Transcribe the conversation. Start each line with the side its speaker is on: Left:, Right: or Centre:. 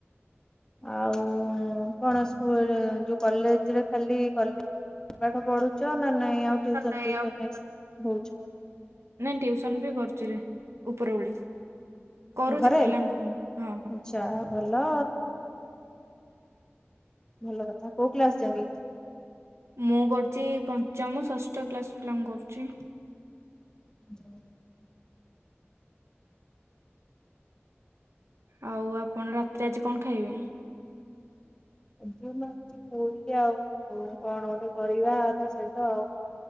Left: ଆଉ ଉଁ କଣ ସ୍କୁଲ ଯୋଉ କଲେଜରେ ଖାଲି କଲେଜ ପାଠ ପଢୁଚ ନା ନାଇଁ ଆଉ ଟିୟୁସନ୍
Right: ନାଇଁ
Left: ଫିୟୁସନ୍
Right: ଆଉ
Left: ନାଇ ହଉଚି।
Right: ନାଇଁ ଟିୟୁସନ ବି କରୁଚି ରେ ଉପର ଓଳି କରୁଚି
Left: ଘରେ
Right: ପିଲାଙ୍କୁ ମୁଁ ହଁ ହଁ।
Left: ଆଚ୍ଛା ଭଲ। ଭଲ କଥା କୋଉ କ୍ଲାସ ଯାଙ୍କେ?
Right: ମୁଁ କରୁଚି ପଞ୍ଚମ, ଷଷ୍ଠ କ୍ଲାସ ପିଲାଙ୍କୁ କରୁଚି।
Left: ଉ ହୁଁ।
Right: ଆଉ ଆପଣ ରାତିରେ ଆଜି କଣ ଖାଇବେ?
Left: ଏ ମୁଁ ଭାବୁଚି ପୁରି ଆଉ କଣ ଗୋଟେ କରିବା ତା ସହିତ ଆଉ।